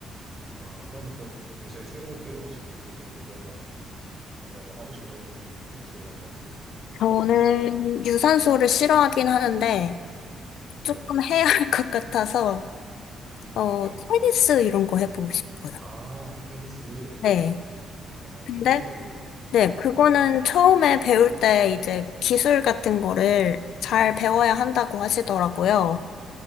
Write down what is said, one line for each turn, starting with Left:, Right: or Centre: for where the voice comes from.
Right: 아, 그러면 또 요새 새로 배우고 싶으신 운동이나 아니면 뭐 하고 싶은 스포츠 이런 거 있으, 것도
Left: 저는
Right: 혹시 있으세요?
Left: 유산소를 싫어하긴 하는데,
Right: 네.
Left: 조금 해야 할 것 같아서, 어,
Right: 네.
Left: 테니스 이런 거 해보고 싶어요.
Right: 아, 테니스.
Left: 네.
Right: 어,
Left: 근데
Right: 테니스 너무
Left: 네,
Right: 좋죠.
Left: 그거는
Right: 네.
Left: 처음에 배울 때 이제 기술 같은 거를 잘 배워야 한다고 하시더라고요.